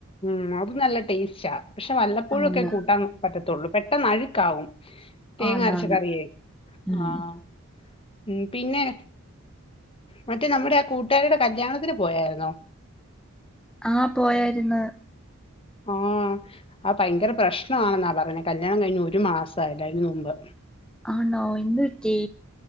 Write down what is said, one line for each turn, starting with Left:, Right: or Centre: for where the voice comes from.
Left: ഉം അതും നല്ല ടേസ്റ്റ പക്ഷെ വല്ലപ്പോഴൊക്കെ
Centre: ആന്ന്
Left: കൂട്ടാൻ പറ്റത്തൊള്ളൂ പെട്ടെന്ന് അഴുക്കാവും തേങ്ങ
Centre: ആന്നാണ്
Left: അരച്ച കറിയേ.
Centre: ഉം
Left: ആഹ് ഉം പിന്നെ മറ്റേ നമ്മുടെ ആ കൂട്ടുകാരീടെ കല്യാണത്തിന് പോയാരുന്നോ?
Centre: ആഹ് പോയാരുന്ന്.
Left: ആഹ് ആ ഭയങ്കര പ്രശ്നാണെന്നാ പറഞ്ഞെ കല്യാണം കഴിഞ്ഞ് ഒരു മാസായില്ല അയ്‌ന് മുമ്പ്
Centre: ആണോ എന്ത്പറ്റി?